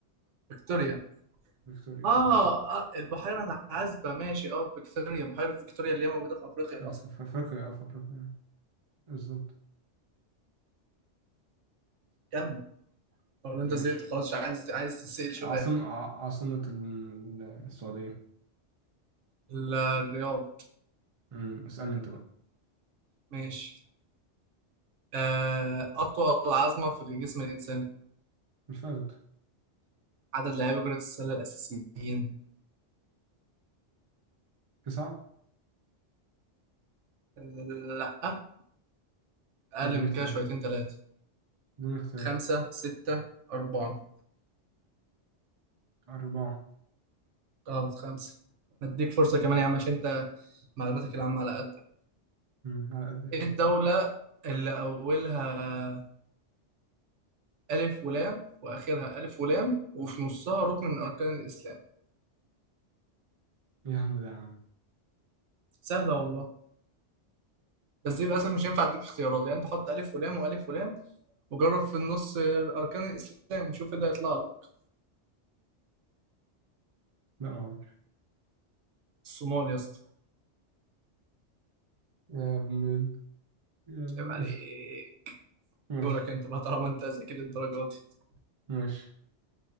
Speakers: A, on the right (about 80°); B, on the right (about 35°).
A: فيكتوريا
B: فيكتوريا
A: اه,
B: بالظبط
A: آه البحيرة العذبة ماشي اه فيكتوريا بحيرة فيكتوريا اللي هي موجودة في افريقيا
B: ف-
A: اصلا
B: في أفريقيا أه في أفريقيا آه، بالظبط
A: كمل ولا انت
B: ماشي
A: زهقت خلاص مش عايز عايز تتسأل شوية
B: عاصمة ع- عاصمة ال- السعودية
A: ال- الرياض
B: مم، اسألني أنت بقى
A: ماشي آه، أطول عظمة في جسم الإنسان
B: الفخد
A: عدد لاعبي كرة السلة الأساسيين
B: تسعة
A: آه، لأ أقل
B: اديني
A: من
B: اختيارات
A: كده شويتين تلاتة
B: اديني اختيارات
A: خمسة ستة أربعة
B: أربعة
A: غلط خمسة مديك فرصة كمان يا عم عشان أنت معلوماتك العامة على قد
B: مم، على قد
A: إيه
B: كده.
A: الدولة اللي أولها ألف ولام وآخرها ألف ولام وفي نصها ركن من أركان الإسلام
B: يا عم ده يا عم
A: سهلة والله بس دي للأسف مش هينفع أديك اختيارات يعني أنت حط ألف ولام وألف ولام وجرب في النص أركان الإسلام وشوف إيه اللي هيطلع لك
B: لا معرفش
A: الصومال يا اسطى
B: يا ابن ال- يا ابن
A: عيب عليك
B: ماشي
A: دورك انت بقى طالما انت ذاكر الدرجات دي
B: ماشي